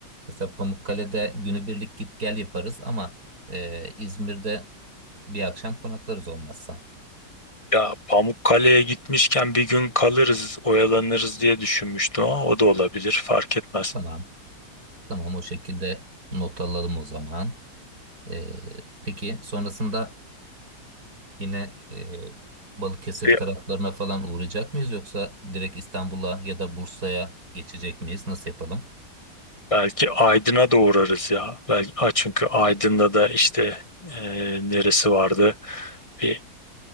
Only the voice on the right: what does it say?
Mesela Pamukkale'de günübirlik git gel yaparız ama e, İzmir'de bir akşam konaklarız olmazsa.
Tamam, tamam o şekilde not alalım o zaman. E, peki sonrasında Yine e, Balıkesir
taraflarına falan uğrayacak mıyız yoksa direkt İstanbul'a ya da Bursa'ya geçecek miyiz? Nasıl yapalım?